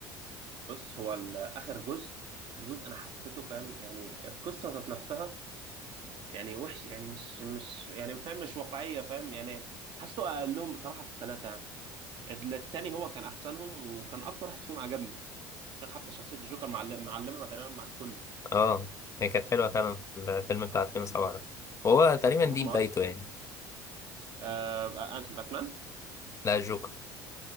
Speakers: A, on the right (about 50°); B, on the left (about 30°).
A: بص هو ال- اخر جزء اخر جزء انا حسيته فاهم يعني القصه ذات نفسها يعني وحش يعني مش مش يعني فاهم مش واقعيه فاهم يعني حسيته اقلهم بصراحه في الثلاثه يعني ال- التاني هو كان احسنهم وكان اكتر واحد فيهم عجبني عشان حتى شخصيه الجوكر معلمه معلمه تقريبا مع الكل
B: اه هي كانت حلوه فعلا الفيلم بتاع 2007 ده وهو تقريبا
A: وهم
B: دي بدايته
A: اصلا
B: يعني
A: آه انهي باتمان
B: لا جوكر